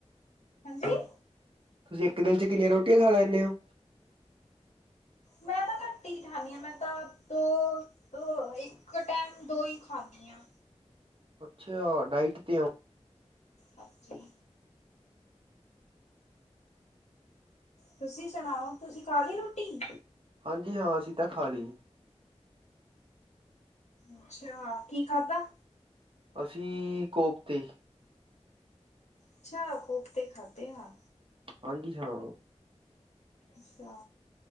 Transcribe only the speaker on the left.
ਹਾਂਜੀ-
ਮੈਂ ਤਾਂ ਕੱਟੀ ਹੀ ਖਾਂਣੀ ਹਾਂ ਮੈਂ ਤਾਂ ਦੋ ਦੋ ਇੱਕ ਟੈਮ ਦੋ ਹੀ ਖਾਂਣੀ ਹਾਂ।
ਹਾਂਜੀ। ਤੁਸੀਂ ਸੁਣਾਓ ਤੁਸੀਂ ਖਾ ਲੀ ਰੋਟੀ-
ਅੱਛਾ ਕੀ ਖਾਧਾ?
ਅੱਛਾ ਕੋਫਤੇ ਖਾਧੇ ਆ।
ਅੱਛਾ